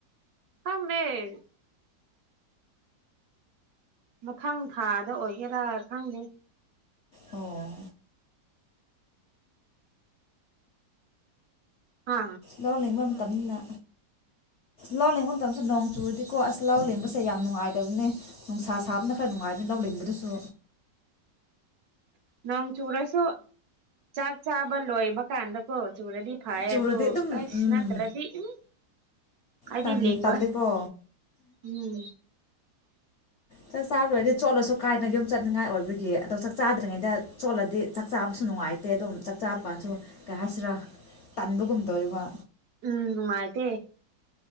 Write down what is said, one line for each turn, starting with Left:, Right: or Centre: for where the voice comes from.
Right: ꯍꯪꯗꯦ ꯃꯊꯪ ꯊꯥꯗ ꯑꯣꯏꯒꯦꯔꯥ ꯈꯪꯗꯦ
Left: ꯑꯣ
Right: ꯍꯥ
Left: ꯂꯎꯅꯤꯡ ꯃ ꯇꯅ ꯂꯥꯎ ꯂꯦꯡꯕ ꯃꯇꯝꯗ ꯅꯣꯡ ꯆꯨꯨꯔꯗꯤꯀꯣ ꯑꯁ ꯂꯥꯎ ꯂꯦꯡꯕꯁꯦ ꯌꯥꯝ ꯅꯨꯡꯉꯥꯏꯇꯕꯅꯦ ꯅꯨꯡꯁꯥ ꯁꯥꯕꯅ ꯈꯔ ꯅꯨꯡꯉꯥꯏꯕꯅꯤ ꯂ ꯂꯦꯡꯕꯗꯁꯨ
Right: ꯅꯣꯡ ꯆꯨꯔꯁꯨ ꯆꯥꯛ ꯆꯥꯕ ꯂꯣꯏꯕ ꯀꯗ ꯀꯣ ꯆꯨꯨꯔꯗꯤ ꯐꯥꯏ
Left: ꯆꯨꯔꯗꯤ
Right: ꯑꯗꯨ
Left: ꯑꯗꯨꯝ
Right: ꯑꯁꯅ
Left: ꯎꯝ
Right: ꯇ꯭ꯔꯗꯤ ꯎꯝ ꯑꯗꯨꯗꯤ
Left: ꯇꯟ
Right: ꯂꯩ ꯏꯉꯣ
Left: ꯇꯜꯂꯦꯀꯣ
Right: ꯎꯝ
Left: ꯆꯥꯛ ꯆꯥꯕꯗꯗꯤ ꯆꯣꯠꯂꯁꯨ ꯀꯥꯏꯅ ꯌꯨꯝ ꯆꯠꯅꯤꯉꯥꯏ ꯑꯣꯏꯕꯒꯤ ꯑꯗꯣ ꯆꯥꯛ ꯆꯥꯗ꯭ꯔꯤꯉꯩꯗ ꯆꯣꯠꯂꯗꯤ ꯆꯥꯛ ꯆꯥꯕꯁꯨ ꯅꯨꯡꯉꯥꯏꯇꯦ ꯑꯗꯨꯝ ꯆꯥꯛ ꯆꯥꯕ ꯀꯥꯟꯁꯨ ꯀꯩ ꯍꯥꯏꯁꯤꯔꯥ ꯇꯟꯕꯒꯨꯝ ꯇꯧꯔꯤꯕ
Right: ꯎꯝ ꯅꯨꯉꯥꯏꯇꯦ